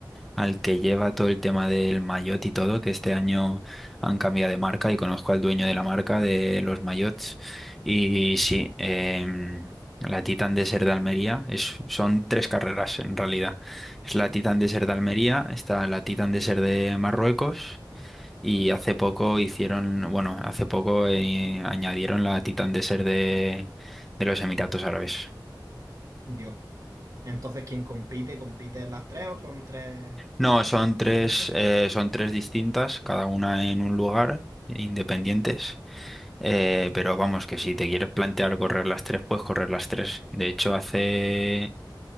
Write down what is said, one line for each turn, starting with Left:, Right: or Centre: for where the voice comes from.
Centre: al que lleva todo el tema del maillot y todo, que este año han cambiado de marca y conozco al dueño de la marca de los maillots. Y sí, em, la Titan Desert de Almería es, son tres carreras en realidad. Es la Titan Desert de Almería, está la Titan Desert de Marruecos Y hace poco hicieron, bueno, hace poco eh, añadieron la Titan Desert de, de los Emiratos Árabes.
Right: Dios. Entonces, ¿quién compite? ¿Compite en las tres o son tres
Centre: No, son tres,
Right: distintas?
Centre: eh, son tres distintas, cada una en un lugar, independientes. Eh, pero vamos, que si te quieres plantear correr las tres, puedes correr las tres. De hecho, hace,